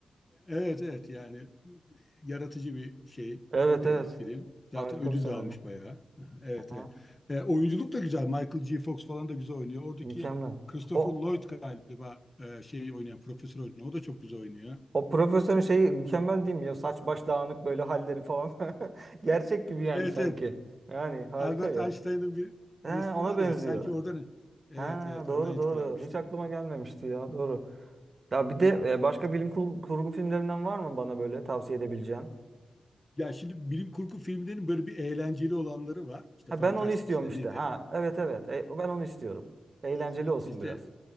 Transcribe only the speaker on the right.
Evet
evet.
Harika
bir senaryo.
Aha.
Mükemmel.
O
O profesörün şeyi mükemmel değil mi ya? Saç baş dağınık böyle halleri falan. <laughs> Gerçek gibi yani
sanki.
Yani harika
ya.
He,
ona
benziyor.
Ha
doğru
doğru. Hiç aklıma gelmemişti ya doğru. Ya bir de e, başka bilim kur- kurgu filmlerinden var mı bana böyle tavsiye edebileceğin?
Ha
ben onu istiyorum
işte.
Ha evet evet. E, ben onu istiyorum. Eğlenceli olsun
biraz.